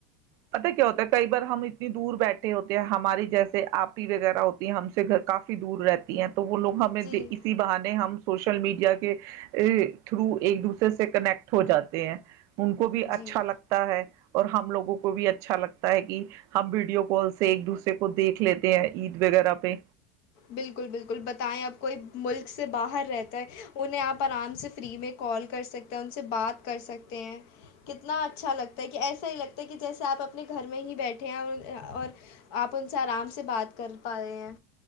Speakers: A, on the right; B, on the left.
A: پتا کیا ہوتا ہے کئی بار ہم اتنی دور بیٹھے ہوتے ہیں ہماری جیسے آپ ہی وغیرہ ہوتی ہیں ہم سے گھر کافی دور رہتی ہیں تو وہ لوگ ہمیں
B: جی
A: اسی بہانے ہم سوشل میڈیا کے تھرو ایک دوسرے سے کنیکٹ ہو جاتے ہیں ان کو بھی
B: جی
A: اچھا لگتا ہے اور ہم لوگوں کو کو بھی اچھا لگتا ہے کہ ہم ویڈیو کال سے ایک دوسرے کو دیکھ لیتے ہیں عید وغیرہ پہ
B: بالکل بالکل بتائیں اب کوئی ملک سے باہر رہتا ہے انہیں آپ آرام سے فری میں کال کر سکتے ہیں ان سے بات کر سکتے ہیں کتنا اچھا لگتا ہے کہ ایسا ہی لگتا ہے کہ جیسے آپ اپنے گھر میں ہی بیٹھے ہیں اور آپ ان سے آرام سے بات کر پا رہے ہیں